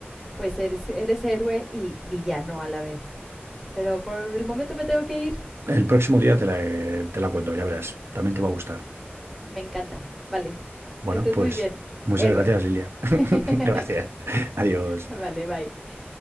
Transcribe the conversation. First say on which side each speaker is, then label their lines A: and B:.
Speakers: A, in the centre; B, on the right (about 80°).
A: pues eres, eres héroe y villano a la vez. Pero por el momento me tengo que ir.
B: El próximo día te la, te la cuento, ya verás, también te va a gustar.
A: Me encanta. Vale.
B: Bueno,
A: Que estés
B: pues
A: muy bien.
B: muchas
A: Héroe.
B: gracias, Lilia. <laughs>
A: <laughs>
B: Gracias. Adiós.
A: vale, bye.